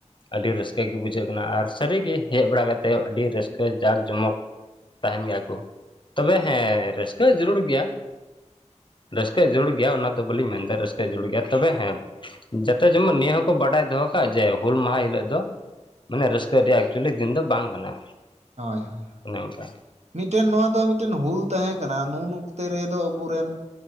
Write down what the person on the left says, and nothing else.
ᱟᱹᱰᱤ ᱨᱟᱹᱥᱠᱟᱹ ᱜᱮ ᱵᱩᱡᱷᱟᱹᱜ ᱠᱟᱱᱟ ᱟᱨ ᱥᱟᱹᱨᱤᱜᱮ ᱦᱮᱡ ᱵᱟᱲᱟ ᱠᱟᱛᱮᱫ ᱟᱹᱰᱤ ᱨᱟᱹᱥᱠᱟᱹ ᱡᱟᱠᱼ ᱡᱚᱢᱚᱠ᱾ ᱛᱟᱦᱮᱱ ᱜᱮᱭᱟ ᱠᱚ ᱛᱚᱵᱮ ᱦᱮᱸ ᱨᱟᱹᱥᱠᱟᱹ ᱡᱟᱹᱨᱩᱲ ᱜᱮᱭᱟ᱾ ᱨᱟᱹᱥᱠᱟᱹᱜ ᱡᱟᱨᱩᱲ ᱜᱮᱭᱟ ᱚᱱᱟ ᱫᱚ ᱵᱟᱹᱞᱤᱧ ᱢᱮᱱᱫᱟ ᱨᱟᱹᱥᱠᱟᱹᱜ ᱡᱟᱨᱩᱲ ᱜᱮᱭᱟ ᱛᱚᱵᱮ ᱦᱮᱸ᱾ ᱡᱟᱛᱮ ᱡᱮᱢᱚᱱ ᱱᱤᱭᱟᱹ ᱦᱚᱸᱠᱚ ᱵᱟᱰᱟᱭ ᱫᱚᱦᱚ ᱠᱟᱜ ᱡᱮ ᱦᱩᱞ ᱢᱟᱦᱟ ᱦᱤᱞᱳᱜ ᱫᱚ᱾ ᱢᱟᱱᱮ ᱨᱟᱹᱥᱠᱟᱹ ᱨᱮᱭᱟᱜ ᱮᱠᱪᱩᱭᱮᱞᱤ ᱫᱤᱱ ᱫᱚ ᱵᱟᱝ ᱠᱟᱱᱟ᱾
ᱚᱱᱮ ᱚᱱᱠᱟ